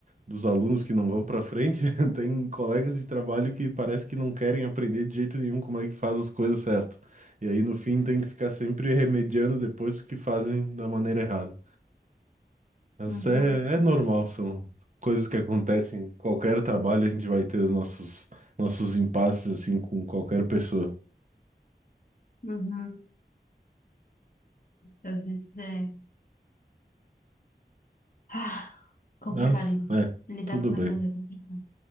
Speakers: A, on the right; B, on the left.
A: dos alunos que não vão pra frente, <laughs> tem colegas de trabalho que parece que não querem aprender de jeito nenhum como é que faz as coisas certo. E aí no fim tem que ficar sempre remediando depois o que fazem da maneira errada. Mas
B: Uhum,
A: é, é normal, são coisas que acontecem. em Qualquer trabalho a gente vai ter os nossos, nossos impasses assim com qualquer pessoa.
B: uhum. Às vezes é ah, complicado.
A: Mas, é,
B: Lidar
A: tudo
B: com pessoas
A: bem.
B: é complicado.